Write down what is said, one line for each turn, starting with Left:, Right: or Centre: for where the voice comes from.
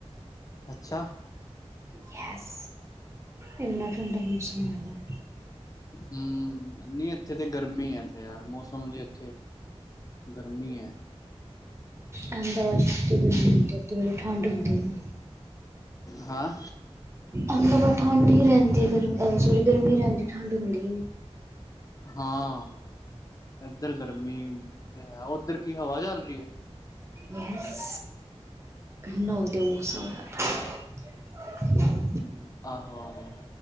Left: ਅੱਛਾ।
Right: ਯਸ ਇਨਾਂ ਠੰਡਾ ਮੌਸਮ ਹੈ।
Left: ਹਮ ਨਹੀਂ ਇੱਥੇ ਤੇ ਗਰਮੀ ਹੈੱਥੇ ਯਾਰ। ਹਰ ਮੌਸਮ ਦੇ ਇੱਥੇ ਗਰਮੀ ਹੈ।
Right: ਅਹਿਮਦਾਬਾਦ ਉਤੇ ਗਰਮੀ ਹੁੰਦੀ ਉੱਥੇ ਬੜੀ ਠੰਡ ਹੁੰਦੀ ਨੀ।
Left: ਹਾਂ।
Right: ਅਹਿਮਦਾਬਾਦ ਠੰਡ ਹੀ ਰਹਿੰਦੀ ਗਰ ਸੋਰੀ ਗਰਮੀ ਰਹਿੰਦੀ ਠੰਡ ਹੁੰਦੀ ਹੀ ਨਹੀਂ।
Left: ਹਾਂ ਇਧਰ ਗਰਮੀ। ਤੇ ਹੈ ਉੱਧਰ ਕੀ ਹਵਾ ਚੱਲ ਰਹੀ ਹੈ।
Right: ਯਸ ਏਨਾ ਵਧੀਆ ਮੋਸਮ ਹੋਆ ਦ
Left: ਹ ਆਹੋ ਆਹੋ।